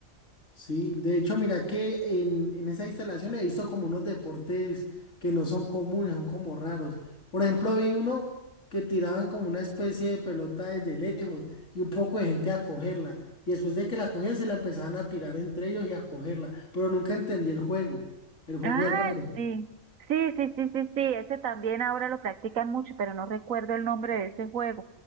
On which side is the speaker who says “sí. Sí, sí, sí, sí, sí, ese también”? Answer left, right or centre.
Right